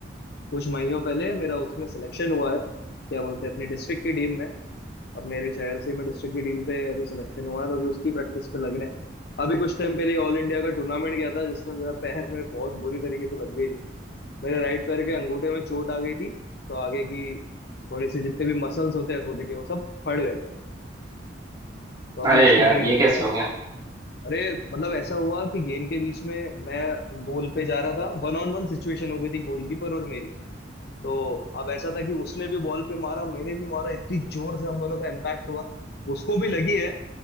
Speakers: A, on the left; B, on the right.
A: कुछ महीनों पहले मेरा उसमें सिलेक्शन हुआ है क्या बोलते हैं अपनी डिस्ट्रिक्ट की टीम में अब मेरे शहर से मैं डिस्ट्रिक्ट की टीम पे अभी सिलेक्शन हुआ है तो अभी उसकी प्रैक्टिस पे लग रहे हैं अभी कुछ टाइम पहले ऑल इंडिया का टूर्नामेंट गया था जिसमें मेरा पैर में बहुत बुरी तरीके से लग गई थी मेरे राइट पैर के अंगूठे में चोट आ गई थी तो आगे की थोड़ी सी जितने भी मसल्स होते हैं अंगूठे के वो सब फट गए थे तो अभी
B: अरे
A: उसको
B: यार
A: ट्रीट
B: ये कैसे
A: किया
B: हो
A: हाँ,
B: गया
A: अरे मतलब ऐसा हुआ कि गेम के बीच में मैं गोल पे जा रहा था वन ऑन वन सिचुएशन हो गई थी गोलकीपर और मेरी तो अब ऐसा था कि उसने भी बॉल पे मारा मैंने भी मारा इतनी जोर से हम दोनों का इम्पैक्ट हुआ उसको भी लगी है